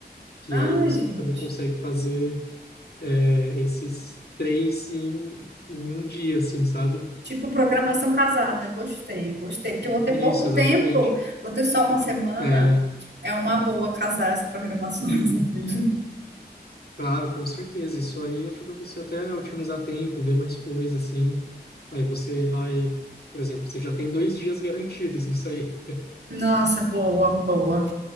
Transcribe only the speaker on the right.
Ai,
gente.
Tipo programação casada, gostei, gostei. Porque eu vou ter
pouco
tempo, vou ter só uma semana.
É uma boa casar as programações, <laughs> assim.
Nossa, boa, boa.